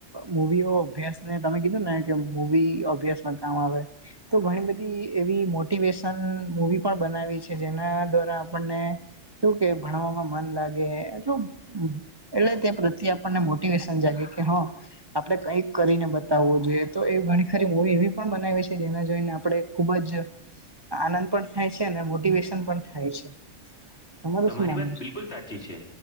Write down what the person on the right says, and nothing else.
મૂવીઓ અભ્યાસ ને તમે કીધું ને કે મૂવી અભ્યાસમાં કામ આવે તો ઘણી બધી એવી મોટિવેશન મુવી પણ બનાવી છે જેના દ્વારા આપણને એવું કે ભણવામાં મન લાગે <unintelligible> એટલે તે પ્રત્યે આપણને મોટિવેશન જાગે કે હ આપણે કઈક કરીને બતાવવું જોઈએ તો એ ઘણી ખરી મુવી એવી પણ બનાવીએ છે જેના જોઈને આપણે ખુબ જ આનંદ પણ થાય છે અને મોટિવેશન પણ થાય છે. તમારું
શું માનવું
છે